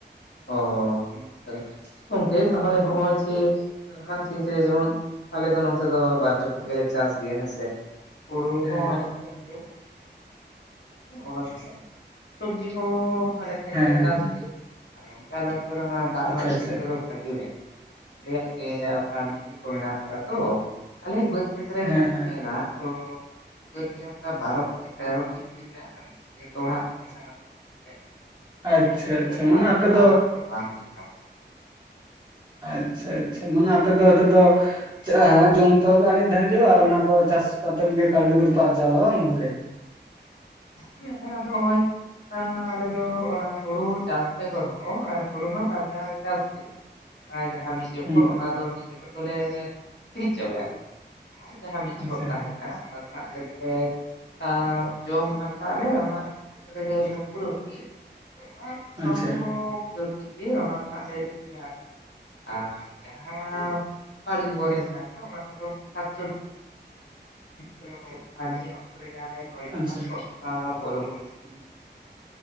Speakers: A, on the left; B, on the right.
A: ᱚ ᱚᱱᱟ ᱠᱟᱛᱷᱟ ᱢᱟ ᱠᱟᱱᱟ, ᱜᱚᱝᱠᱮ ᱛᱟᱦᱚᱞᱮ ᱦᱚᱜᱼᱚᱭ ᱡᱮ <unintelligible> ᱫᱤᱱ ᱨᱮ ᱡᱮᱢᱚᱱ ᱟᱞᱮ ᱫᱚ ᱱᱚᱛᱮ ᱫᱚ ᱵᱟᱨ ᱡᱚᱠᱷᱚᱡ ᱜᱮᱞᱮ ᱪᱟᱥ ᱜᱮᱭᱟ ᱦᱮᱸ ᱥᱮ ᱾ ᱦᱩᱲᱩ
B: ᱦᱮᱸ
A: ᱦᱚᱸ <unintelligible> ᱦᱩᱭᱩᱜ ᱚᱱᱟ ᱥᱩᱨᱥᱮᱜ ᱥᱚᱵᱽᱡᱤ ᱦᱚᱸ ᱟᱞᱮ ᱴᱷᱮᱱ
B: ᱦᱮᱸ
A: ᱫᱚᱞᱮ
B: ᱦᱮᱸ
A: ᱪᱟᱥ ᱜᱮᱭᱟ ᱟᱨ ᱚᱝᱠᱟ ᱟᱞᱮ ᱱᱚᱛᱮ ᱫᱚ ᱚᱱᱟ ᱫᱟᱜ
B: ᱟᱪᱪᱷᱟ
A: ᱨᱮᱱᱟᱜ ᱚᱥᱩᱵᱤᱛᱟ
B: ᱟᱪᱪᱷᱟ
A: ᱫᱚ ᱵᱷᱟᱜᱤ ᱢᱮᱱ ᱟᱞᱮᱭᱟᱜ ᱜᱮ ᱚᱠᱟ ᱢᱤᱱᱤ ᱠᱚ ᱢᱮᱱᱟᱜ ᱟᱠᱟᱫᱟ ᱛᱚ ᱟᱞᱮ ᱵᱟᱹᱫᱽ ᱠᱷᱮᱛᱨᱮ
B: ᱦᱮᱸ
A: ᱡᱩᱫᱤᱢ
B: ᱦᱮᱸ
A: ᱧᱮᱞᱟ ᱛᱚ ᱵᱟᱹᱫᱽ ᱨᱮ ᱚᱱᱠᱟ ᱵᱟᱨᱚ ᱛᱷᱮᱠᱮ ᱛᱮᱨᱚᱴᱤ ᱢᱤᱱᱤ ᱢᱮᱱᱟᱜ ᱟᱠᱟᱫᱟ ᱡᱚᱛᱚ ᱦᱚᱲᱟᱜ ᱢᱮᱥᱟ ᱠᱟᱛᱮᱜ ᱦᱮᱡ ᱟᱫᱚ
B: ᱟᱪᱪᱷᱟ
A: <unintelligible> ᱤᱭᱟᱹᱛᱮ
B: ᱟᱪᱪᱷᱟ
A: ᱫᱟᱜ
B: ᱢᱟᱱᱮ
A: ᱨᱮᱱᱟᱜ
B: ᱟᱯᱮ
A: ᱫᱚ
B: ᱫᱚ
A: ᱟᱱᱟᱴ ᱵᱟᱝ ᱧᱮᱞ ᱧᱟᱢᱚᱜ ᱾
B: ᱟᱪᱪᱷᱟ ᱟᱪᱪᱷᱟ, ᱢᱟᱱᱮ ᱟᱯᱮ ᱫᱚ ᱱᱤᱛᱚᱜ ᱫᱚ ᱪᱟᱦᱟ ᱡᱚᱢ ᱛᱮᱦᱚᱸ ᱯᱮ ᱟᱱᱮᱡ ᱫᱷᱟᱱᱮᱡᱚᱜᱼᱟ ᱟᱨ ᱚᱱᱟ ᱠᱚ ᱪᱟᱥ ᱠᱟᱛᱮ ᱜᱮ ᱠᱟᱹᱣᱰᱤ ᱠᱚᱫᱚ ᱯᱮ ᱟᱨᱡᱟᱣᱟ ᱵᱟᱝ ᱜᱚᱝᱠᱮ?
A: ᱦᱮᱸ ᱟᱫᱚ ᱦᱚᱸᱜᱼᱚᱭ ᱟᱸ ᱟᱞᱮ ᱫᱚ ᱚᱱᱟ ᱦᱳᱲᱳ ᱪᱟᱥ ᱵᱮᱜᱚᱨ ᱦᱚᱸ ᱟᱨ ᱦᱳᱲᱳ ᱢᱟ ᱵᱟᱨ ᱫᱷᱟᱣ ᱞᱮ ᱪᱟᱥ ᱜᱮ ᱾ ᱟᱨ ᱡᱟᱦᱟᱸ ᱢᱤᱫ ᱡᱚᱠᱷᱚᱜ
B: ᱦᱩᱸ
A: ᱚᱱᱟ ᱫᱚ ᱢᱤᱫ ᱡᱚᱠᱷᱚᱜ ᱫᱚᱞᱮ ᱟᱹᱠᱷᱤᱨᱤᱧ ᱪᱟᱵᱟᱭᱟᱞᱮ, ᱟᱨ ᱡᱟᱦᱟᱸ ᱢᱤᱫ
B: ᱟᱪᱪᱷᱟ
A: ᱡᱚᱦᱚᱜ ᱛᱟᱦᱮᱸ ᱟᱸ ᱚᱱᱟ ᱫᱚ ᱦᱟᱸᱜ ᱟᱞᱮ ᱫᱚᱞᱮ, ᱟ ᱡᱚᱢ ᱯᱷᱟᱱᱴᱟᱜ ᱟᱞᱮ ᱚᱱᱟ ᱢᱤᱫ <unintelligible> ᱡᱚᱢ ᱯᱩᱨᱟᱹᱣ ᱜᱤ ᱾ ᱟᱫᱚ ᱚᱱᱟ ᱥᱟᱶᱛᱮ
B: ᱟᱪᱪᱷᱟ
A: ᱦᱚᱸ ᱵᱟᱹᱲᱛᱤᱜ ᱜᱤᱭᱟ ᱚᱱᱟ ᱫᱚ ᱦᱟᱸᱜ ᱞᱮ ᱟᱹᱠᱷᱨᱤᱧᱟ ᱟᱨ ᱡᱟᱦᱟᱸ ᱵᱟᱲᱜᱮ ᱠᱚᱨᱮ ᱢᱮᱱᱟᱜ ᱠᱟᱫᱟ ᱚᱱᱟ ᱠᱚᱫᱚ ᱥᱟᱠ ᱥᱚᱵ ᱞᱤᱡ ᱛᱮᱞᱮ ᱨᱚᱦᱚᱭ ᱠᱟᱜᱼᱟ, ᱱᱤᱭᱟᱹ ᱚᱠᱛᱚ ᱨᱮ ᱡᱟᱦᱟᱸ ᱞᱮ ᱨᱚᱦᱚᱭ ᱠᱟᱜᱼᱟ
B: ᱟᱪᱪᱷᱟ
A: ᱥᱚᱥᱟ, ᱵᱚᱨᱵᱳᱴᱤ ᱾